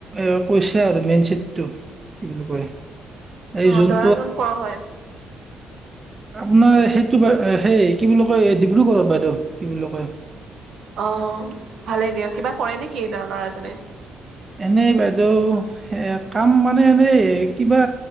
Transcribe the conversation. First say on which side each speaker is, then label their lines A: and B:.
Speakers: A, on the right (about 25°); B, on the right (about 65°).
A: এ কৈছে আৰু মেন চিটটো কি বুলি কয়। এই
B: অ
A: যোনটো
B: দৰাজন কৰ হয়?
A: আপোনাৰ সেইটো সেই কি বুলি কয় ডিব্ৰুগড়ত বাইদেউ কি বুলি কয়।
B: অ ভালেই দিয়া, কিবা কৰে নেকি? <unintelligible> ল'ৰাজনে।
A: এনেই বাইদেউ এ কাম মানে এনেই কিবা